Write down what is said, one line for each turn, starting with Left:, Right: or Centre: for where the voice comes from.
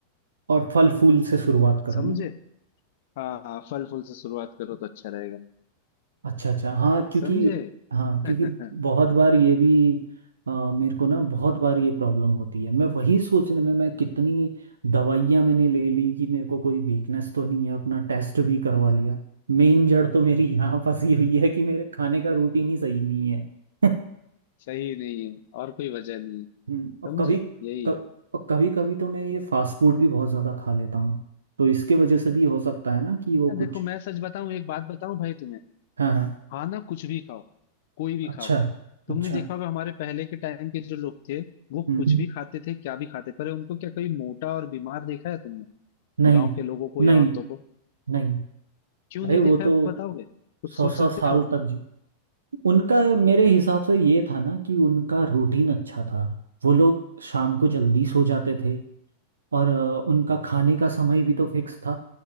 Right: और फल फूल से शुरुआत करो
Left: समझे
Right: ना
Left: हाँ हाँ, फल फूल से शुरुआत करो तो अच्छा रहेगा
Right: अच्छा अच्छा हाँ क्योंकि
Left: समझे
Right: हाँ
Left: <laughs>
Right: क्योंकि बहुत बार ये भी अ, मेरे को ना बहुत बार ये प्रॉब्लम होती है मैं वही सोचने में मैं कितनी दवाइयाँ मैंने ले ली कि मेरे को कोई वीकनेस तो नहीं है अपना टेस्ट भी करवा लिया मेन जड़ तो मेरी यहाँ फंसी हुई है कि मेरे खाने का रूटीन ही सही नहीं है <laughs>
Left: सही नहीं है और कोई वजह नहीं है
Right: हम्म, और
Left: समझे
Right: कभी
Left: यही
Right: कभ,
Left: है
Right: और कभी कभी तो मैं ये फास्ट फूड भी बहुत ज़्यादा खा लेता हूँ तो इसके वजह से भी हो सकता है ना कि वो
Left: अ, देखो
Right: कुछ
Left: मैं सच बताऊं एक बात बताऊं भाई तुम्हें
Right: हाँ हाँ
Left: खाना कुछ भी खाओ कोई भी
Right: अच्छा
Left: खाओ तुमने
Right: अच्छा
Left: देखा होगा हमारे पहले के टाइम के जो लोग थे वो
Right: हम्म
Left: कुछ भी खाते थे क्या भी खाते पर उनको क्या कभी मोटा और बीमार देखा है तुमने
Right: नहीं
Left: गांव के लोगों को या
Right: नहीं
Left: औरतों को
Right: नहीं
Left: क्यों
Right: अरे
Left: नहीं
Right: वो
Left: देखा है
Right: तो
Left: बताओगे कुछ
Right: सौ
Left: सोच
Right: सौ
Left: सकते
Right: साल
Left: हो
Right: तक जी उनका मेरे हिसाब से ये था ना कि उनका रूटीन अच्छा था वो लोग शाम को जल्दी सो जाते थे और अ, उनका खाने का समय भी तो फिक्स था